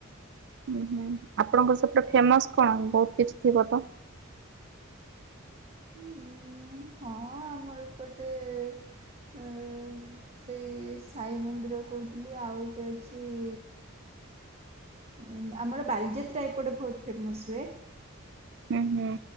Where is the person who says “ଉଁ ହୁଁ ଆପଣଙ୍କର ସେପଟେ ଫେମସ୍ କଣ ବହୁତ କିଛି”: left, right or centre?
Right